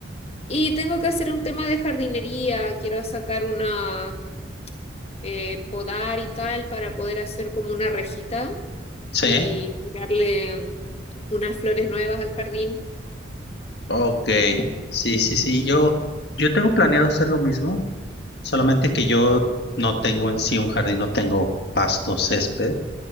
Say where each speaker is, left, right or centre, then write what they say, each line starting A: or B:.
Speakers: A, on the left (about 30°); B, on the left (about 60°).
A: Y tengo que hacer un tema de jardinería, quiero sacar una eh, podar y tal para poder hacer como una rejita
B: ¿Sí?
A: y tirarle unas flores nuevas al jardín.
B: Ok. Sí, sí, sí. Yo, yo tengo planeado hacer lo mismo, solamente que yo no tengo en sí un jardín, no tengo pasto, césped,